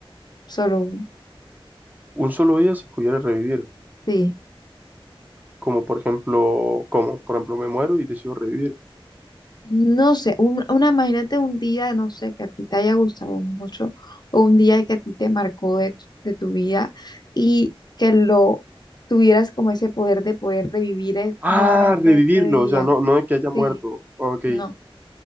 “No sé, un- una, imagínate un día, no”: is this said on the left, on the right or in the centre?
Left